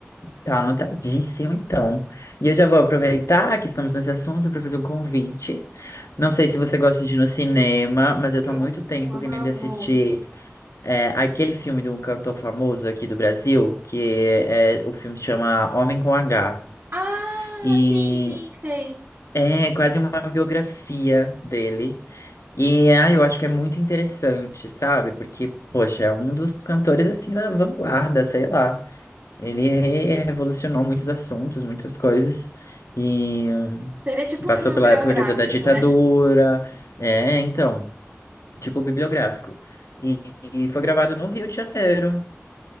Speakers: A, on the left; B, on the right.
A: Tá anotadíssimo, então. E eu já vou aproveitar que estamos nesse assunto para fazer um convite. Não sei se você gosta de ir no cinema, mas eu
B: Eu
A: tô há muito tempo querendo
B: amo.
A: assistir é, aquele filme de um cantor famoso aqui do Brasil, que é, o filme se chama Homem com H.
B: Ah,
A: E
B: sim, sim, sei.
A: é quase uma biografia dele. E ah, eu acho que é muito interessante, sabe? Porque, poxa, é um dos cantores assim da vanguarda, sei lá. Ele re- revolucionou muitos assuntos, muitas coisas, e
B: Seria tipo
A: passou
B: um filme
A: pela
B: biográfico,
A: época da da ditadura,
B: né?
A: é, então, tipo bibliográfico. E, e foi gravado no Rio de Janeiro,